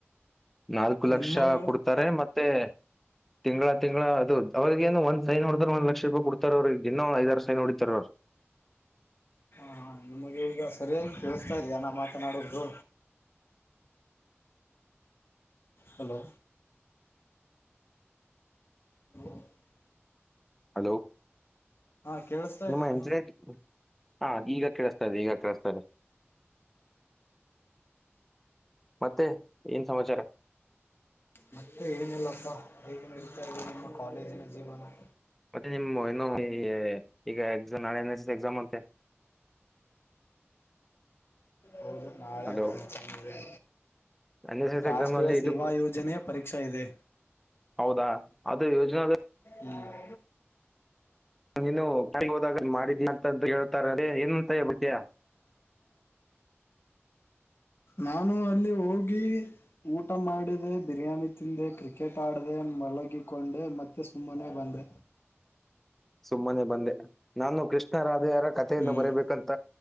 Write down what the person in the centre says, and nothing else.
ನಾಲ್ಕು ಲಕ್ಷ
ಕೊಡ್ತಾರೆ ಮತ್ತೆ ತಿಂಗಳ ತಿಂಗಳ ಅದು ಅವ್ರಿಗೆ ಏನೂ ಒಂದ್ ಸೈನ್ ಒಡದ್ರೆ ಒಂದು ಲಕ್ಷ ರೂಪಾಯಿ ಕೊಡ್ತರ್ ಅವರಿಗೆ ದಿನ ಐದಾರ್ ಸೈನ್ ಹೊಡಿತಾರೆ ಅವರು.
ಹಲೋ
<unintelligible>
ಹಾ ಈಗ ಕೇಳಿಸ್ತಾ ಇದೆ ಈಗ ಕೇಳಿಸ್ತಾ ಇದೆ. ಮತ್ತೆ ಏನ್ ಸಮಾಚಾರ.
ಮತ್ತೆ ನಿಮ್ ಏನು ಈ ಈಗ ಎಕ್ಸಾಮ್ ನಾಳೆ ನೆಕ್ಸ್ಟ್ ಎಕ್ಸಾಮ್ ಅಂತೆ.
ಹಲೋ
ಎನ್ ಎಸ್ ಎಸ್
ಎಕ್ಸಾಮ್ ಅಲ್ಲಿ ಇದು
ಹೌದಾ ಆದೂ ಯೋಜನಾ
ನೀನು ಹದ ಮಾಡಿದಂತ ಕೇಳ್ತಾರೆ ಏನ್ಂತಯ ಹೇಳತ್ತಿಯ.
ಸುಮ್ಮನೆ ಬಂದೆ ನಾನು ಕೃಷ್ಣ ರಾಧೆಯರ ಕಥೆಯನ್ನು
ಬರೀಬೇಕಂತ